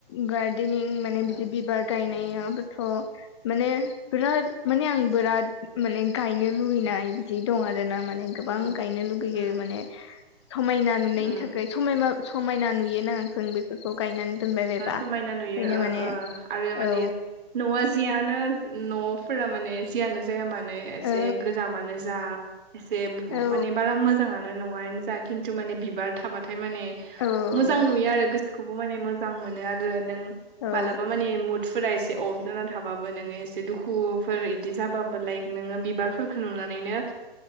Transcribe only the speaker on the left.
गार्डननिं माने
बिदि बिबार गायनायाबोथ' माने बिराद माने आं बिराद माने गायनो लुबैनाय बिदि दं आरोना माने गोबां
गायनो लुुबैयो
माने समायना नुनायनि
थाखाय समायमा समायना नुयोोनाङा जों बेफोरखौ गायनानै दोनबाय बायबा
ओंखायनो माने
औ
औ
औ
औ
औ